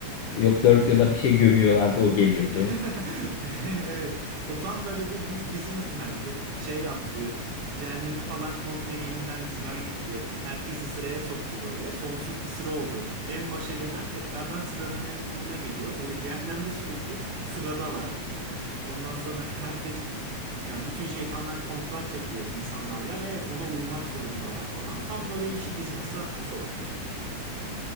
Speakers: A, on the left (about 70°); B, on the right (about 80°).
A: Yok dört yola bir şey gömüyorlardı o geliyordu.
B: <laughs> Evet. O tam böyle bir, bir businessman'di. Şey yaptı. Cehennemi falan komple yeniden dizayn etti. Herkesi sıraya soktu böyle. Sonsuz bir sıra oldu. En başa gelen tekrardan sıranın en sonuna geliyor. Böyle cehennemde sürekli sıradalar. Ondan sonra herkes yani bütün şeytanlar kontrat yapıyor insanlarla ve ona uymak zorundalar falan. Tam böyle işi business'a soktu.